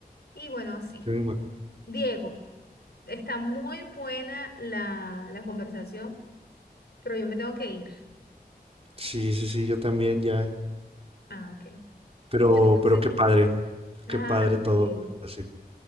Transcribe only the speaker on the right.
Sí, me imag-
sí, sí, sí, yo también ya.
Pero,
pero qué padre,
qué padre todo
lo de Brasil.